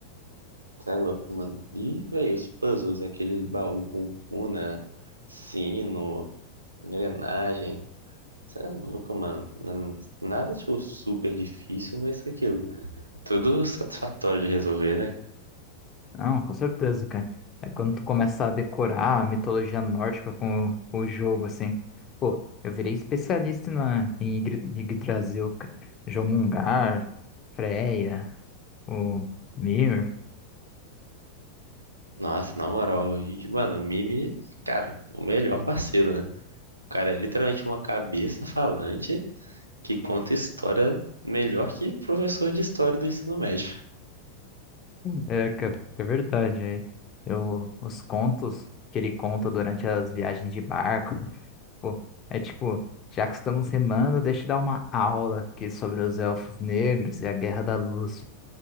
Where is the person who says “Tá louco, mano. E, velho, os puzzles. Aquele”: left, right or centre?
Right